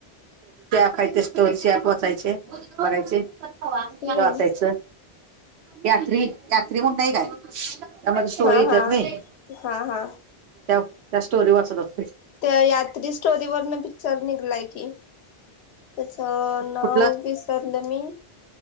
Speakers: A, on the right; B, on the left.
A: <unintelligible> खायते स्टोन श पोचायचे भरायचे
B: हम्म
A: वाचायच यात्री यात्री म्हणताय काय त्या माझ स्टोरी
B: हा
A: येतेत
B: हा
A: नाही
B: हा हा
A: त्या त्या स्टोरी वाचतच
B: त्या यात्री स्टोरी वरन पिक्चर निघलाय की त्याच नाव
A: कुठला
B: विसरलं मी